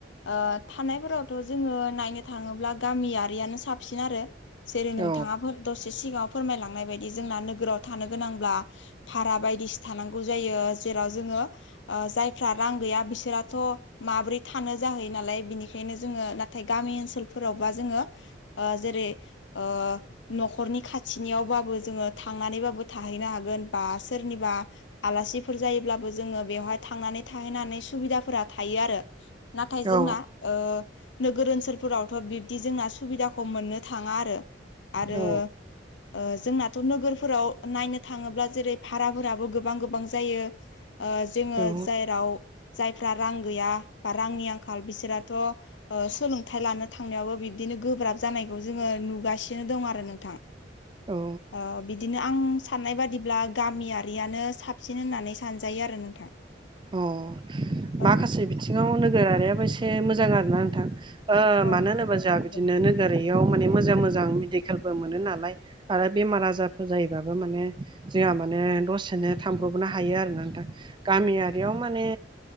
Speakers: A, on the left; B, on the right.
A: ओथानायफोरावथ' जोङो नायनो थाङोब्ला गामियारियानो साबसिन आरो। जेरै नोंथाङा
B: औ
A: दसे सिगाङाव फोरमायलांनाय बायदि जोंना नोगोराव थानो गोनांब्ला भारा बायदिसि थानांगौ जायो जेराव जोङो जायफ्रा रां गैया बिसोराथ' माबोरै थानो जाहैयो नालाय बिनिखायनो जोङो नाथाय गामि ओनसोलफोरावबा जोङो ओ जेरै ओ न'खरनि खाथिनियावबाबो जोङो थांनानैबाबो थाहैनो हागोन बा सोरनिबा आलासिफोर जायोब्लाबो जोङो बेवहाय थांनानै थाहैनानै सुबिदाफोरा था थायो आरो नाथाय
B: औ
A: जोंना ओ नोगोर ओनसोलफोरावथ' बिब्दि जोंना सुबिदाखौ मोननो थाङा आरो आरो
B: औ
A: ओ जोंनाथ' नोगोरफोराव नायनो थाङोब्ला जेरै भाराफोराबो गोबां गोबां जायो ओ जोङो
B: औ
A: जेराव जायफ्राम रां गैया बा रांनि आंखाल बिसोराथ' ओ सोलोंथाइ लानो थांनायावबो बिब्दिनो गोब्राब जानायखौ जोङो नुगासिनो दं आरो नोंथां
B: औ
A: ओ बिदिनो आं साननाय बादिब्ला गामियारियानो साबसिन होननानै सानजायो आरो नोंथां।
B: अ
A: औ
B: माखासे बिथिङाव नोगोरारियाबो एसे मोजां आरो ना नोंथां
A: औ
B: मानो होनोबा जोंहा बिदिनो नोगोरारि बेयाव माने मोजां मोजां मेडिकेलबो मोनो नालाय आरो बेमार आजारफोर जायोबाबो माने जोंहा माने दसेनो थांब्रबनो हायो आरो नोंथां गामियारियाव माने